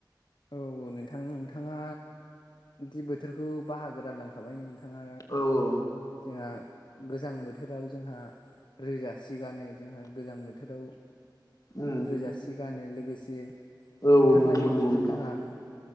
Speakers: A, on the left; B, on the left.
A: औ नोंथां नोंथाङा दि बोथोरखौ बाहागो रानलां थाबाय नोंथाङा
B: औ औ
A: जोंहा गोजां बोथोराव जोंहा रोजा सिगानो जोंहा गोजां बोथोराव
B: उम
A: जा सि गानो लोगोसे
B: औ
A: बोथोर
B: नंगौ
A: लायै
B: नंगौ
A: बोथोर
B: नोंथां
A: थोर जोंहा